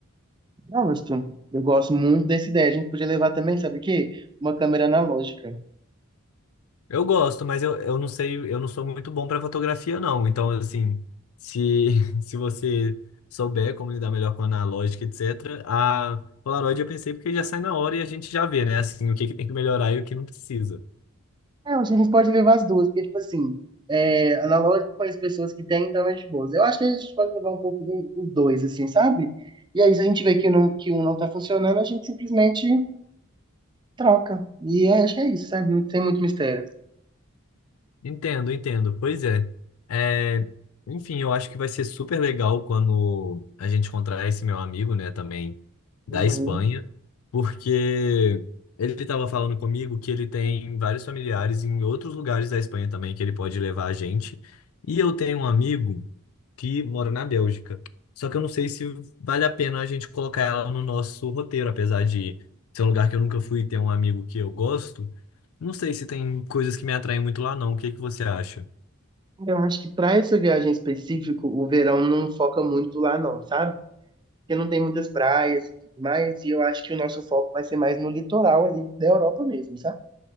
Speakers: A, on the right; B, on the left.
A: Gosto. Eu gosto muito dessa ideia. A gente podia levar também, sabe o quê? Uma câmera analógica.
B: Eu gosto, mas eu, eu não sei, eu não sou muito bom para fotografia, não. Então, assim, se, <laughs> se você souber como lidar melhor com analógica, etc., a Polaroid eu pensei porque já sai na hora e a gente já vê, né? Assim, o que que tem que melhorar e o que não precisa.
A: É, eu acho que a gente pode levar as duas, porque, tipo assim, é, analógico com as pessoas que têm, então é de boas. Eu acho que a gente pode levar um pouco de- os dois, assim, sabe? E aí, se a gente vê que, não, que um não tá funcionando, a gente simplesmente troca. E acho que é isso, sabe? Não tem muito mistério.
B: Entendo, entendo. Pois é. É, enfim, eu acho que vai ser super legal quando a gente encontrar esse meu amigo, né, também da
A: Uhum.
B: Espanha, porque ele estava falando comigo que ele tem vários familiares em outros lugares da Espanha também que ele pode levar a gente. E eu tenho um amigo que mora na Bélgica. Só que eu não sei se vale a pena a gente colocar ela no nosso roteiro, apesar de ser um lugar que eu nunca fui e ter um amigo que eu gosto. Não sei se tem coisas que me atraem muito lá, não. O que que você acha?
A: Eu acho que para essa viagem específico, o verão não foca muito lá, não, sabe? Porque não tem muitas praias e tudo mais, e eu acho que o nosso foco vai ser mais no litoral ali da Europa mesmo, sabe?